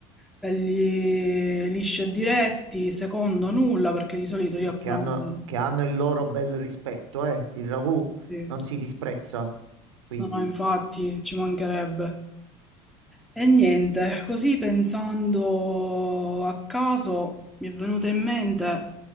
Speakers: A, in the centre; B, on the right (about 85°).
A: belli lisci e diretti, secondo nulla, perché di solito
B: Vabbè,
A: io a
B: Che
A: pranzo...
B: hanno, che hanno il loro bel rispetto, eh? Il ragù
A: Sì.
B: non si disprezza. Quindi,
A: No, no, infatti ci mancherebbe. E niente, così pensando a caso mi è venuto in mente